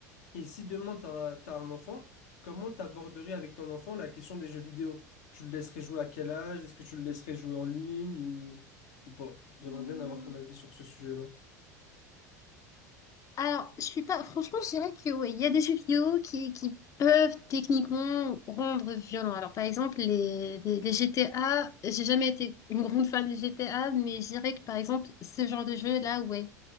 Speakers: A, on the left; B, on the left.
A: Et si demain, tu as, un enfant, comment t'aborderais avec ton enfant la question des jeux vidéo? Tu le laisserais jouer à quel âge? Est-ce que tu le laisserais jouer en ligne ou, ou pas? J'aimerais
B: Ouh.
A: bien avoir ton avis sur ce sujet-là.
B: Alors, je suis pas. Franchement, je dirais que oui, il y a des jeux vidéo qui, qui peuvent techniquement rendre violent. Alors, par exemple, les, les, les GTA, j'ai jamais été une grande fan des GTA, mais je dirais que par exemple, ce genre de jeu-là, ouais